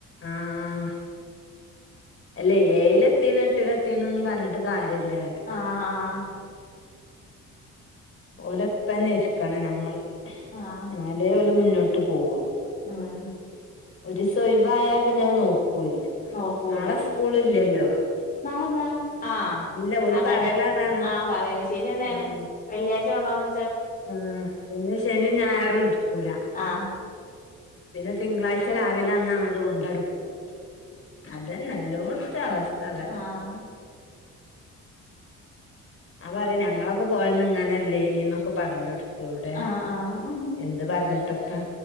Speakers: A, on the left; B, on the left.
A: ആഹ അല്ല ഏഴില് എത്തിന്ന് എട്ടില് എത്തിന്ന് നൊന്നും പറഞ്ഞിട്ട് കാര്യമില്ല പറയാ
B: ആഹ ആഹ
A: ഓലെപ്പന്നെ ഇരിക്കണം ഞമ്മള്
B: ആഹ
A: ഇന്നാലെ ഓല് മുന്നോട്ട് പോകൊള്ളു
B: ഉം
A: ഒരീസം ഒയ്‌വായ പിന്നെ അത് നോക്കൂല്ല
B: നോക്കൂല്ല
A: നാളെ സ്കൂളില്ലല്ലോ പറയും
B: നാളെന്താ ആഹ്
A: ഇല്ല ഓല്
B: അങ്ങനെ
A: പറയലതാണ്
B: ആഹ് പറയും ശരിയെന്നെണ്
A: ഉം
B: വെള്ളിയാഴ്ച കൊണ്ടന്ന്
A: ആഹ് പിന്നെ ശനിം ഞായറും ഇട്ക്കൂല
B: ആഹ്
A: പിന്നെ തിങ്കളാഴ്ച രാവിലെ അന്നങ്ങട്ട് കൊണ്ടട് പോവും അതന്നെ എലോട്ത്തും അവസ്ഥ അതന്നെ
B: ആഹ്
A: ഞാൻ പറയും ഞങ്ങളൊക്കെ പോയന്ന് ഇങ്ങനെല്ലേന്ന്ന്നൊക്കെ പറഞ്ഞൊടുക്കും ഇവടെ എൻ
B: ആഹ് ആഹ്
A: എന്ത് പറഞ്ഞിട്ടെത്താ